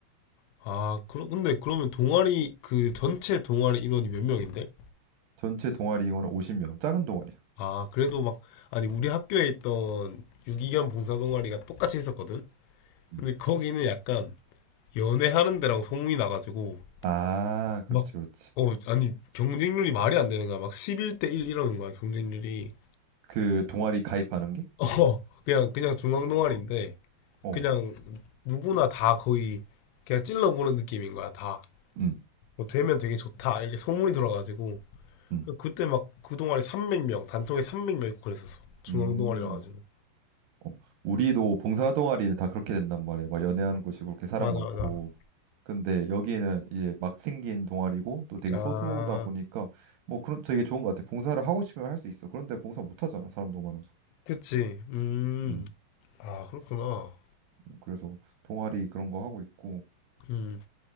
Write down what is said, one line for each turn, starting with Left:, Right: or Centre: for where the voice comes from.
Left: 아, 그러, 근데 그러면 동아리, 그 전체 동아리 인원이 몇 명인데?
Right: 전체 동아리 인원은 50명. 작은 동아리야.
Left: 아, 그래도 막, 아니, 우리 학교에 있던 유기견 봉사 동아리가 똑같이 있었거든?
Right: 음.
Left: 근데 거기는 약간 연애하는 데라고 소문이 나가지고,
Right: 아, 그렇지,
Left: 막,
Right: 그렇지.
Left: 어, 아니, 경쟁률이 말이 안 되는 거야. 막 11대 1 이러는 거야, 경쟁률이.
Right: 그 동아리 가입하는 게?
Left: <laughs> 어, 그냥, 그냥 중앙
Right: 어,
Left: 동아리인데,
Right: 어,
Left: 그냥 누구나 다 거의, 그냥 찔러보는 느낌인 거야, 다.
Right: 음,
Left: 뭐 되면 되게 좋다, 이렇게 소문이 돌아가지고.
Right: 음,
Left: 그때 막 그 동아리 300명, 단톡에 300명 있고 그랬었어. 중앙
Right: 음.
Left: 동아리라 가지고.
Right: 어, 우리도 봉사 동아리는 다 그렇게 된단 말이야. 막 연애하는 곳이고 그렇게 사람
Left: 맞아,
Right: 많고.
Left: 맞아.
Right: 근데 여기는 이제 막 생긴 동아리고 또 되게
Left: 아,
Right: 소수다 보니까 뭐 그런 되게 좋은 것 같아. 봉사를 하고 싶으면 할 수 있어. 그런데 봉사 못 하잖아. 사람 너무 많아서.
Left: 그치. 음.
Right: 음,
Left: 아, 그렇구나.
Right: 음. 그래서 동아리 그런 거 하고 있고.
Left: 음.